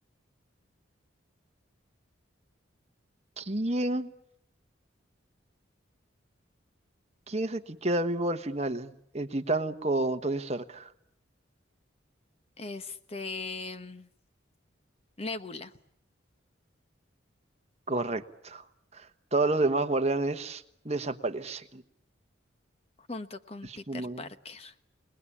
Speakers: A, on the right; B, on the left.
A: ¿quién, quién es el que queda vivo al final? El titán con Tony Stark.
B: Este, mm, Nebula,
A: Correcto. Todos los demás guardianes desaparecen,
B: junto con
A: esfuman.
B: Peter Parker. <laughs>